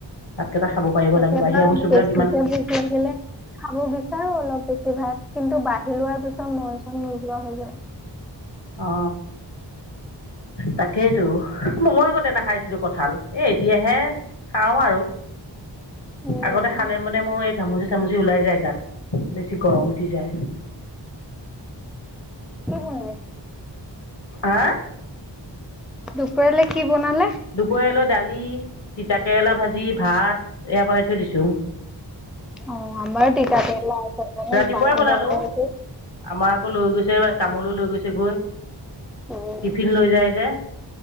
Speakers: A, on the left; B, in the centre.
A: ভাতকেইটা খাব পাৰিব
B: কেতিয়াবা
A: লাগে বাহিৰা বস্তুবিলাক
B: বেছিকে
A: ইমান
B: ভোক লাগিলে খাব বিচাৰো অলপ বেছি সভাগ কিন্তু বাঢ়ি লোৱাৰ পিছত মন চন নোযোৱা হৈ যায়।
A: অ তাকেইতো মৱো আগতে নাখাইছিলো। কঁঠাল এই এতিয়াহে খাওঁ আৰু
B: উম,
A: আগতে খালে মানে মোৰ এক। ঘামুচি চামুচি ওলাই যায় গাত বেছি গৰম উঠি যায়।
B: উম, হ।
A: আহ।
B: দুপৰলৈ কি। বনালে?
A: দুপৰলৈ দালি তিতাকেৰেলা ভাজি ভাত। এয়া পেলাই থৈ দিছো।
B: অ আমাৰ তিতা কেৰেলা <unintelligible>
A: ৰাতিপুৱাই
B: বনাঙ
A: বনালোঁ
B: নেকি
A: আমাৰ আকৌ লৈ গৈছে কামলৈ লৈ গৈছে গৈ
B: উম,
A: টিফিন লৈ যায় যে।